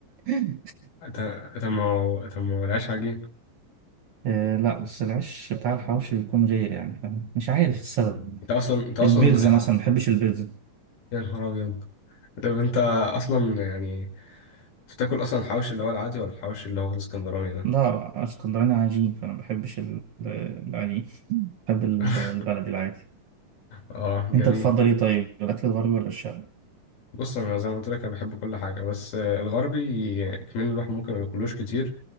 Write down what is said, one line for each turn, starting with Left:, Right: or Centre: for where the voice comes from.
Right: <laughs>
Left: انت انت ما هو انت ما هو العيش عجين
Right: آه لا بس العيش بتاع الحواوشي بيكون غير يعني فاهم مش عارف السبب
Left: انت اصلا انت اصلا
Right: البيتزا
Left: الح-
Right: مثلا ما بحبش البيتزا،
Left: يا نهار ابيض طب انت اصلا يعني بتاكل اصلا الحواوشي اللي هو العادي ولا الحواوشي اللي هو الاسكندراني ده
Right: لا اسكندراني عجين فانا ما بحبش ال- العجين بحب ال-
Left: <laughs>
Right: البلد العادي
Left: اه جميل
Right: انت تفضل ايه طيب الاكل الغربي ولا الشرقي
Left: بص انا زي ما قلت لك انا بحب كل حاجه بس آه، الغربي آه، كمان الواحد ممكن ما ياكلوش كتير